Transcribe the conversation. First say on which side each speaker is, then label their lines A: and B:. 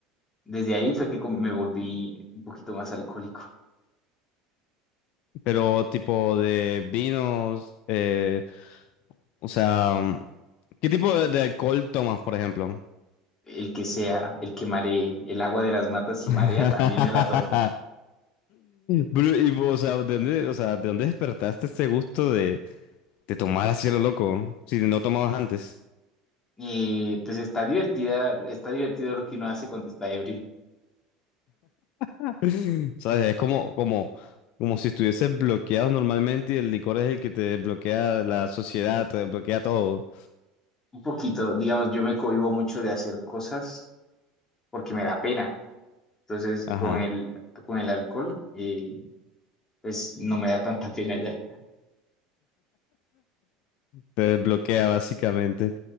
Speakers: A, on the left; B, on the left.
A: Desde ahí fue que com- me volví un poquito más alcohólico.
B: Pero tipo de vinos, eh, o sea, ¿qué tipo de, de alcohol tomas, por ejemplo?
A: El que sea, el que maree, el agua de las matas si
B: <laughs>
A: marea, también me la tomo.
B: Bru- y, o sea, ¿de dónde, o sea, ¿de dónde despertaste ese gusto de, te tomas así a lo loco, si no tomabas antes.
A: Y pues está divertida, está divertido lo que uno hace cuando está ebrio.
B: <laughs> ¿Sabes? Es como, como, como si estuvieses bloqueado normalmente y el licor es el que te desbloquea la sociedad, te desbloquea todo.
A: Un poquito, digamos, yo me cohíbo mucho de hacer cosas porque me da pena. Entonces, con
B: Ajá,
A: el, con el alcohol, eh, pues no me da tanta pena ya.
B: te desbloquea básicamente.